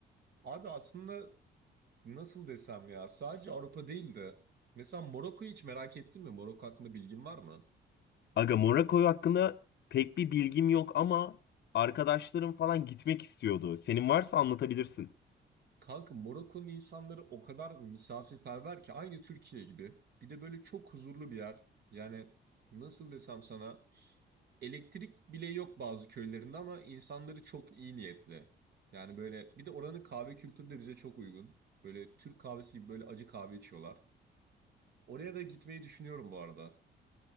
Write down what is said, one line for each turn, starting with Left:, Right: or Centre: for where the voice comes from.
Right: Abi aslında nasıl desem ya sadece Avrupa değil de mesela Morokko'yu hiç merak ettin mi? Morokko hakkında bilgin var mı?
Left: Aga Monaco hakkında pek bir bilgim yok ama arkadaşlarım falan gitmek istiyordu. Senin varsa anlatabilirsin.
Right: Kanka Morokko'nun insanları o kadar misafirperver ki aynı Türkiye gibi. Bir de böyle çok huzurlu bir yer. Yani nasıl desem sana elektrik bile yok bazı köylerinde ama insanları çok iyi niyetli. Yani böyle bir de oranın kahve kültürü de bize çok uygun. Böyle Türk kahvesi gibi böyle acı kahve içiyorlar. Oraya da gitmeyi düşünüyorum bu arada.